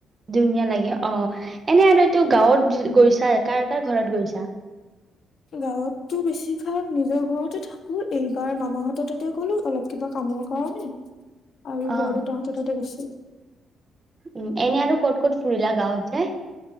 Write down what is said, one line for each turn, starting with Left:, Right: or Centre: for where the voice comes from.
Right: ধুনীয়া লাগে অ এনে আৰুতটো গাঁৱত গৈছ চ কাৰ কাৰ ঘৰত গৈছা?
Left: গাঁৱততটো বেছিভাগ নিজৰ ঘৰতে থাকো, এইবাৰ মামাহঁত তাতে গলো অলপ কিবা কামৰ কাৰণে। আৰু
Right: অ
Left: বৰদেউতাহঁত তাতে গৈছিলো।
Right: উম, এনে আৰু ক'ত ক'ত ফুৰিলা গাঁৱত? যাই